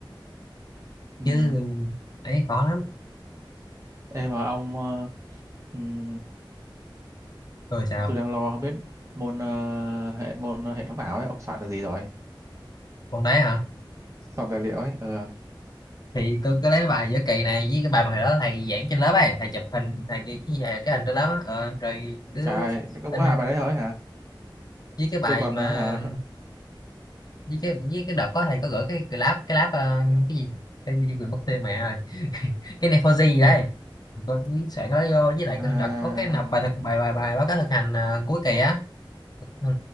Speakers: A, on the left; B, on the right.
A: <laughs>
B: Ừm,
A: chứ ấy khó lắm
B: Ê mà ông ờ, ừm,
A: rồi sao
B: tôi đang lo không biết môn ờ, hệ môn hệ thống ảo ấy ông soạn được gì rồi?
A: còn đấy hả
B: Soạn tài liệu ấy. Ừ.
A: thì tôi cứ lấy cái bài giữa kỳ này với cái bài mà hồi đó thầy giảng trên lớp ấy thầy chụp hình thầy cái cái, cái hình trên lớp á ờ, rồi cứ
B: Trời ơi, có mỗi
A: in in.
B: hai bài đấy thôi hả?
A: với cái bài
B: Tôi còn
A: mà
B: ờ, hả
A: với cái với cái đợt có thầy có gửi cái cái lab cái lab ờ, cái gì cái gì quên mất tên mẹ rồi cái này for gì đấy con sẽ nó vô với lại
B: à,
A: đợt có cái nộp bài thực bài bài bài báo cáo thực hành à, cuối kỳ á ừ,